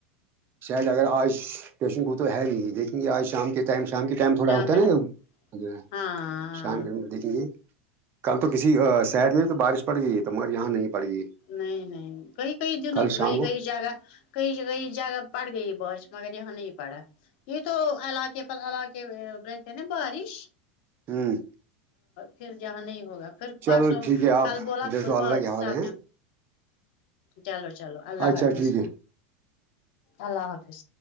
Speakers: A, on the right; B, on the left.
A: شاید اگر آج پیشن کو تو ہےو ہی لیکن یہ آج شام کے ٹائم شام کے ٹائم تھوڑا
B: شام
A: ہوتا
B: کے
A: ہے
B: ٹائم
A: نا
B: ہاں
A: شام کے دیکھیں گے کل تو
B: اچھا
A: کسی شہڈ میں بھی تو بارش پڑ گئی ہے تو مگر یہاں نہیں پڑ گئی
B: نہیں نہیں کئی کئی دنوں
A: کل
B: کہئی
A: شام کو
B: کئی جگہ کئیئی جگہ پڑ گئی بس مگر یہاں نہیں پڑا یہ تو علاقے پر علاقے رہتے نا بارش
A: ہ
B: پھر جہاں نہیں ہوگا پھر
A: چلو
B: بارسوں
A: ٹھیک ہے آپ
B: کل بولا
A: دیکھو
B: ب
A: اللہ کے حوالے
B: صاح
A: ہیں
B: نے چلو چلو اللہ
A: اچھا
B: حافظ
A: ٹھیک ہے
B: اللہ حافظ